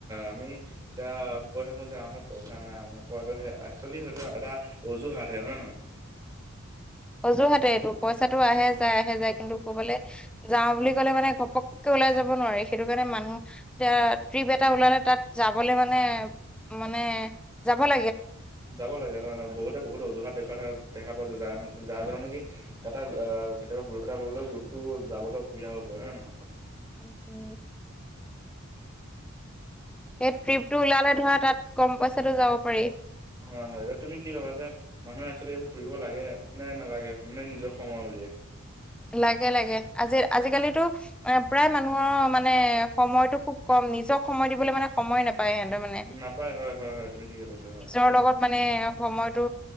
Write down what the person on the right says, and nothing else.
আমি এয়া কৈ থাকো যে আমাৰাতত পইচা নাই মানে একোৱেলি সেইটো এটা অজুহাত হে হয়ে নহয়
উম,
যাব লাগে হয় হয় বহুতে বহুত অজুহাত দেখুৱা দেখা পোৱা যায়া নেকি যাৰ ধৰণেি তটা কেতিয়াবা গ্ৰুপ এটা ললেও গ্ৰুপতটো যাবলৈ অসুবিধা হৈ পৰে হয় নে নহয়
হয় হয় এতি তুমি কি ভাবা যে মানুহে এক্চোৱেলি এইবোৰ ফুৰিব লাগে নে নালাগে মানে নিজৰ সময় পলৈিয়
নাপায় হয় হয় হয় তুমি ঠিকে কৈছা হয়